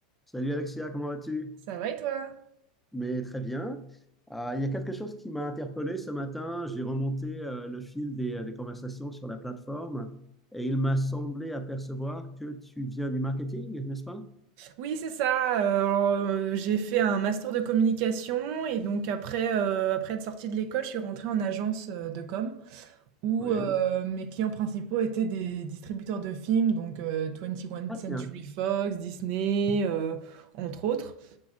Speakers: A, in the centre; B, on the right (about 55°).
A: Salut Alexia, comment vas-tu?
B: Ça va et toi?
A: Mais très bien. Euh, il y a quelque chose qui m'a interpellé ce matin. J'ai remonté euh, le fil des, euh, des conversations sur la plateforme et il m'a semblé apercevoir que tu viens du marketing, n'est-ce pas?
B: Oui, c'est ça. euh, alors, euh, j'ai fait un master de communication et donc après, euh, après être sortie de l'école, je suis rentrée en agence euh, de com où
A: Oui.
B: euh, mes clients principaux étaient des distributeurs de films, donc euh, 21
A: Ah
B: Century
A: tiens,
B: Fox, Disney, euh, entre autres.